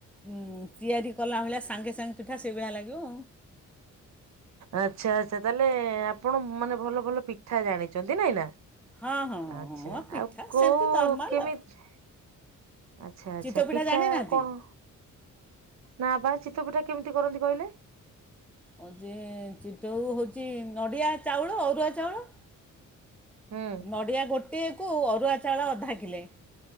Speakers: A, in the centre; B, on the right (about 60°).
A: ଉଁ ତିଆରି କଲା ଭଳିଆ ସାଙ୍ଗେ ସାଙ୍ଗେ ପିଠା ସେଇଭଳିଆ ଲାଗିବ।
B: ଆଚ୍ଛା ଆଚ୍ଛା ତାହେଲେ ଆପଣ ମାନେ ଭଲ ଭଲ ପିଠା ଜାଣିଚନ୍ତି ନାଇଁ ନା।
A: ଆଉ ହଁ ହଁ
B: ଆଛା
A: ହଁ ହଁ ପିଠା
B: ଆଉ କୋଉ
A: ସେମିତି ନର୍ମାଲ୍
B: କେମିତ
A: ଆଉ
B: ଆଚ୍ଛା ଆଚ୍ଛା
A: ଚିତଉ
B: ପିଠା
A: ଜାଣିନାହାନ୍ତି
B: କଣ ନା ବା ଚିତିତ ପିଠା କେମିତି କରନ୍ତି କହିଲେ?
A: ହଉଚି ଚିତଉ ହଉଛି ନଢ଼ିଆ ଚାଉଳ ଅରୁଆ ଚାଉଳ।
B: ହୁଁ
A: ନଢ଼ିଆ ଗୋଟିଏକୁ ଅରୁଆ ଚାଉଳ ଅଧା କିଲେ